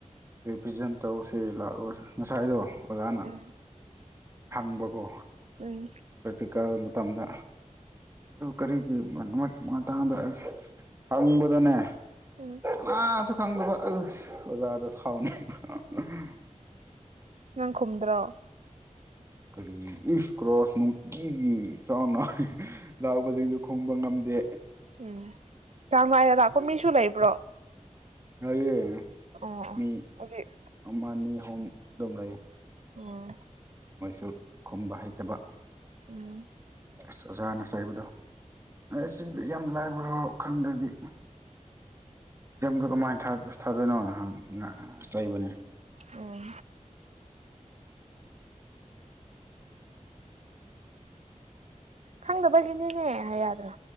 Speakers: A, on the right; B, on the right.
A: ꯔꯤꯕꯤꯖꯟ ꯇꯧꯁ‌ꯦ ꯂꯥꯛꯑꯣ ꯉꯁꯥꯏꯗꯣ ꯑꯣꯖꯥꯅ
B: <unintelligible>
A: ꯍꯪꯕꯀꯣ
B: ꯎꯝ
A: ꯄ꯭ꯔꯇꯤꯀ‌ꯦꯜ ꯃꯇꯝꯗ ꯑꯗꯨ ꯀꯔꯤꯒꯤ ꯃꯇꯥꯡꯗ ꯍꯪꯕꯗꯅꯦ
B: ꯎꯝ
A: ꯀꯅꯥꯁꯨ ꯈꯪꯗꯕ ꯑꯗꯨꯏ ꯑꯣꯖꯥꯗ ꯁꯥꯎꯅꯩꯕ <unintelligible>
B: ꯅꯪ ꯈꯨꯝꯗ꯭ꯔꯣ
A: ꯀꯔꯤ ꯏꯁ ꯀꯂꯥꯁ ꯅꯨꯡ ꯀꯤꯒꯤ ꯆꯥꯡ ꯅꯥꯏꯅ ꯂꯥꯛꯕꯁꯤꯡꯁꯨ ꯈꯨꯝꯕ ꯉꯝꯗꯦ
B: ꯎꯝ ꯆꯥꯡ ꯅꯥꯏꯅ ꯂꯥꯛꯄ ꯃꯤꯁꯨ ꯂꯩꯕ꯭ꯔꯣ
A: ꯂꯩꯌ‌ꯦ
B: ꯑꯣ ꯑꯣ
A: ꯃꯤ
B: ꯍꯧꯖꯤꯛ
A: ꯑꯃꯅꯤ ꯍꯨꯝ ꯑꯗꯨꯝ ꯂꯩꯌ‌ꯦ
B: ꯑꯣ
A: ꯃꯣꯏꯁꯨ ꯈꯨꯝꯕ ꯍꯩꯇꯕ
B: ꯑꯣ
A: ꯑꯁ ꯑꯣꯖꯥꯅ ꯆꯩꯕꯗꯣ ꯅ‌ꯣꯏꯁꯤ ꯌꯥꯝ ꯂꯥꯏꯕꯔ‌ꯣ ꯈꯪꯗ꯭ꯔꯗꯤ ꯑꯦꯛꯖꯥꯝꯗ ꯀꯃꯥꯏꯅ ꯊꯥꯗꯣꯏꯅꯣꯅ ꯍꯪꯉꯤ ꯆꯩꯕꯅ‌ꯦ
B: ꯑꯣ ꯈꯪꯗꯕꯒꯤꯅꯤꯅꯦ ꯍꯥꯏꯌꯨ ꯌꯥꯗ꯭ꯔꯣ